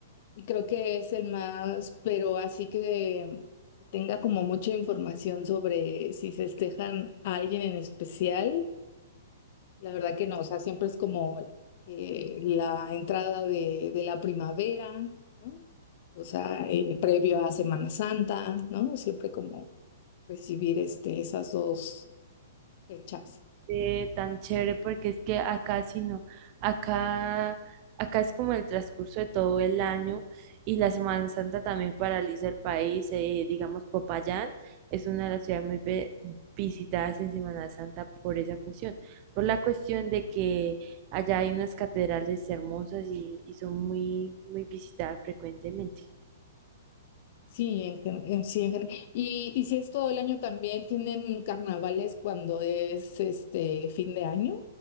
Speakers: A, on the left (about 50°); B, on the right (about 40°).
A: y creo que es el más, pero así que tenga como mucha información sobre si festejan a alguien en especial, la verdad que no, o sea, siempre es como eh, la entrada de, de la primavera, ¿no? O sea, eh, previo a Semana Santa, ¿no? Siempre como recibir este, esas dos fechas.
B: eh, tan chévere porque es que acá sí no, acá, acá es como el transcurso de todo el año y la Semana Santa también paraliza el país, eh, digamos Popayán es una de las ciudades muy ve- visitadas en Semana Santa por esa cuestión, por la cuestión de que allá hay unas catedrales hermosas y, y son muy, muy visitadas frecuentemente.
A: Sí, en, gen- en- sí, en gen- y, y si es todo el año también, ¿tienen carnavales cuando es este fin de año?